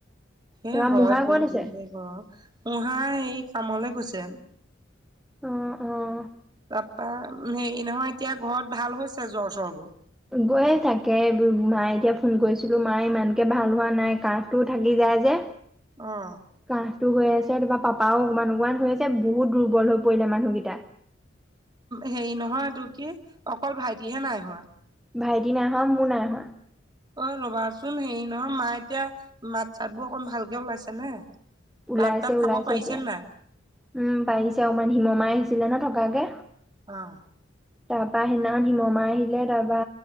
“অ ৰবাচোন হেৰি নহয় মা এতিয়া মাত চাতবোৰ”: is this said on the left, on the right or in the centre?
Right